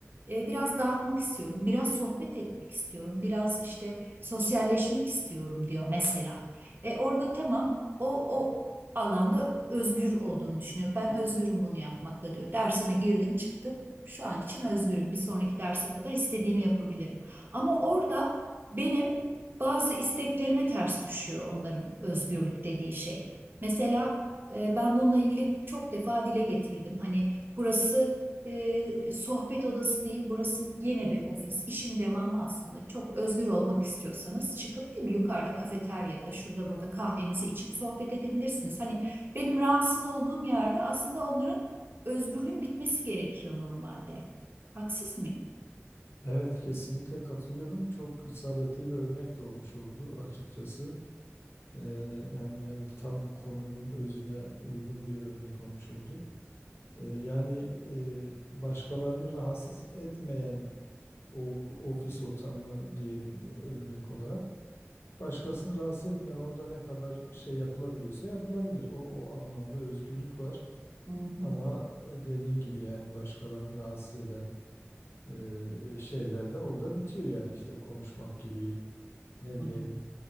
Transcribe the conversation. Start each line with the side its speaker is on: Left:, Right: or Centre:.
Right: e, biraz dağıtmak istiyorum, biraz sohbet etmek istiyorum, biraz işte sosyalleşmek istiyorum diyor mesela. E, orada tamam o o alanda özgür olduğunu düşünüyor. Ben özgürüm bunu yapmakta diyor. Dersime girdim, çıktım. Şu an için özgürüm. Bir sonraki derse kadar istediğimi yapabilirim. Ama orada benim bazı isteklerime ters düşüyor onların özgürlük dediği şey. Mesela e, ben bununla ilgili çok defa dile getirdim. Hani burası e, sohbet odası değil, burası yine bir ofis. İşin devamı aslında. Çok özgür olmak istiyorsanız çıkıp değil mi yukarıda kafeteryada şurada burada kahvenizi içip sohbet edebilirsiniz. Hani benim rahatsız olduğum yerde aslında onların özgürlüğün bitmesi gerekiyor normalde. Haksız mıyım?
Left: Evet kesinlikle katılıyorum. Çok isabetli bir örnek de olmuş oldu açıkçası. Eee, hem yani tam konunun özüne uygun bir örnek olmuş oldu. Eee, yani eee, başkalarını rahatsız etmeyen o ofis ortamı diyelim e, örnek olarak. Başkasını rahatsız etmeyen orada ne kadar şey yapılabiliyorsa yapılabilir. O, o anlamda özgürlük var.
Right: Hı hı.
Left: Ama e, dediğin gibi yani başkalarını rahatsız eden e, e, şeyler de orada bitiyor yani işte konuşmak gibi ne
Right: Hı.
Left: bileyim.